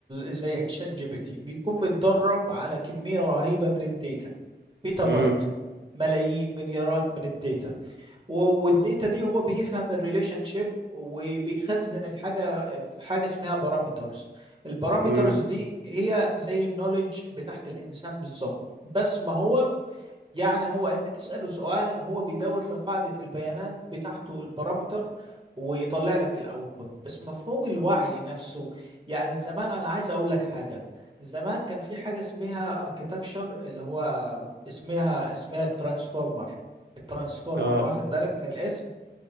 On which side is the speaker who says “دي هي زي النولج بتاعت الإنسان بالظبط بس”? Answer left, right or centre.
Right